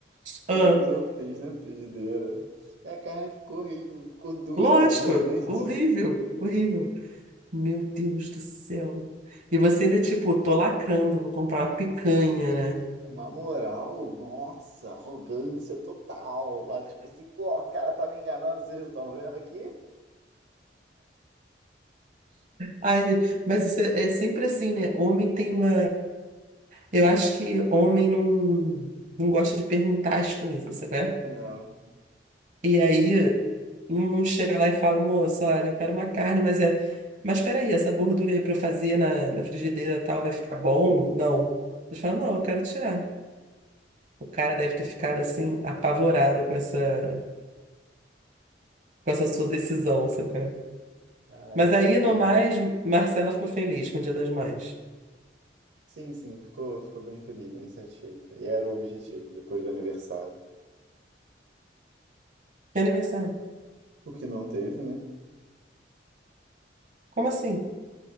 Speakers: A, on the right (about 40°); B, on the right (about 75°).
A: Ah,
B: Depois eu fiz na frigideira. E a carne ficou horrível, ficou dura,
A: lógico,
B: <laughs> obviamente.
A: horrível, horrível. Meu Deus do céu. E você ainda, tipo, tô lacrando, vou comprar uma picanha,
B: Sim,
A: né?
B: com uma moral, nossa, arrogância total. Lá, tipo assim, pô, o cara tá me enganando, vocês não estão vendo aqui?
A: Ai, gente, mas isso é, é sempre assim, né? Homem tem uma. Eu acho que homem não, não gosta de perguntar as coisas, sabe?
B: Não.
A: E aí não não chega lá e fala, moça, olha, eu quero uma carne, mas é. Mas peraí, essa gordura aí para eu fazer na, na frigideira e tal vai ficar bom? Não. Eles falam, não, eu quero tirar. O cara deve ter ficado assim, apavorado com essa, com essa sua decisão, sabe?
B: Ah,
A: Mas
B: eu
A: aí,
B: paguei.
A: no mais, Marcela ficou feliz com o Dia das Mães.
B: Sim, sim, ficou, ficou bem feliz, bem satisfeita. E era o objetivo depois do aniversário.
A: Que aniversário?
B: O que não teve, né?
A: Como assim?